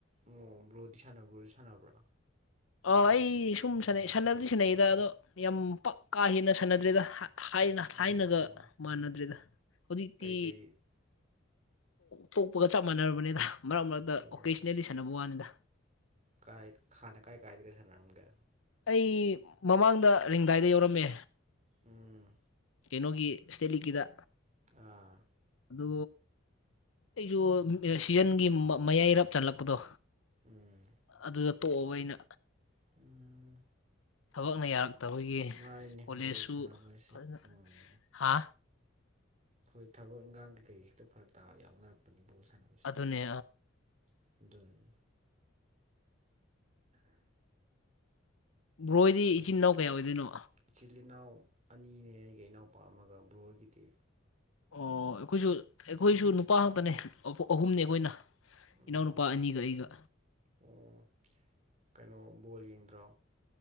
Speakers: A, on the right; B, on the left.
A: ꯑꯣ ꯕ꯭ꯔꯣꯗꯤ ꯁꯥꯟꯅꯕ꯭ꯔꯣ ꯁꯥꯟꯅꯕ꯭ꯔꯥ
B: ꯑ ꯑꯩ ꯁꯨꯝ ꯁꯥꯟꯅꯩ ꯁꯥꯟꯅꯕꯗꯤ ꯁꯥꯟꯅꯩꯗ ꯑꯗꯣ ꯌꯥꯝ ꯄꯛ ꯀꯥ ꯍꯦꯟꯅ ꯁꯥꯟꯅꯗ꯭ꯔꯦꯗ ꯊꯥꯏꯅ ꯊꯥꯏꯅꯒ
A: ꯎꯝ
B: ꯃꯥꯟꯅꯗ꯭ꯔꯦꯗ ꯍꯧꯖꯤꯛꯇꯤ
A: ꯀꯩꯀꯩ
B: ꯇꯣꯛꯄꯒ ꯆꯞ ꯃꯥꯟꯅꯔꯕꯅꯤꯗ ꯃꯔꯛ ꯃꯔꯛꯇ
A: ꯑꯣ
B: ꯑꯣꯣꯀꯦꯁꯅꯦꯜꯂꯤ ꯁꯥꯟꯅꯕ ꯋꯥꯅꯤꯗ
A: ꯀꯥꯏ ꯍꯥꯟꯅ ꯀꯥꯏ ꯀꯥꯏꯗꯒ ꯁꯥꯟꯅꯔꯝꯒꯦ
B: ꯑꯩ ꯃꯃꯥꯡꯗ ꯔꯦꯡꯗꯥꯏꯗ ꯌꯧꯔꯝꯃꯦ
A: ꯎꯝ
B: ꯀꯩꯅꯣꯒꯤ ꯁ꯭ꯇꯦꯠ ꯂꯤꯛꯀꯤꯗ
A: ꯑꯥ
B: ꯑꯗꯨ ꯑꯩꯁꯨ ꯁꯤꯖꯟꯒꯤ ꯃꯌꯥꯏꯔꯥꯞ ꯆꯜꯂꯛꯄꯗꯣ
A: ꯎꯝ
B: ꯑꯗꯨꯗ ꯇꯣꯛꯑꯕ ꯑꯩꯅ
A: ꯎꯝ
B: ꯊꯕꯛꯅ ꯌꯥꯔꯛꯇꯕꯒꯤ
A: ꯃꯥꯅꯤꯅꯦ
B: ꯀꯣꯂꯦꯖꯁꯨ
A: ꯕꯣꯜ ꯁꯥꯟꯅꯕꯁꯦ
B: ꯐꯖꯅ
A: ꯎꯝ
B: ꯍꯥ
A: ꯍꯣꯏ ꯊꯕꯛ ꯏꯪꯈꯥꯡ ꯀꯩ ꯀꯩ ꯍꯦꯛꯇ ꯐꯔꯛ ꯇꯥꯕ ꯌꯥꯎꯅꯔꯛꯄꯅꯤꯕꯨꯣ ꯁꯥꯟꯅ
B: ꯑꯗꯨꯅꯦ
A: ꯑꯗꯨꯅꯤ
B: ꯕ꯭ꯔꯣ ꯍꯣꯏꯗꯤ
A: ꯎꯝ
B: ꯏꯆꯤꯟ ꯏꯅꯥꯎ ꯀꯌꯥ ꯑꯣꯏꯗꯣꯏꯅꯣ
A: ꯏꯆꯤꯜ ꯏꯅꯥꯎ ꯑꯅꯤꯅꯦ ꯑꯩꯒꯥ ꯏꯅꯥꯎꯄꯥ ꯑꯃꯒ ꯕ꯭ꯔꯣ ꯍꯣꯏꯒꯤꯗꯤ
B: ꯑꯣ ꯑꯩꯈꯣꯏꯁꯨ ꯑꯩꯈꯣꯏꯁꯨ ꯅꯨꯄꯥ ꯉꯥꯛꯇꯅꯦ ꯑꯍꯨꯝꯅꯤ ꯑꯩꯈꯣꯏꯅ
A: ꯎꯝ
B: ꯏꯅꯥꯎꯅꯨꯄꯥ ꯑꯅꯤꯒ ꯑꯩꯒ
A: ꯑꯣ ꯀꯩꯅꯣ ꯕꯣꯜ ꯌꯦꯡꯗ꯭ꯔꯣ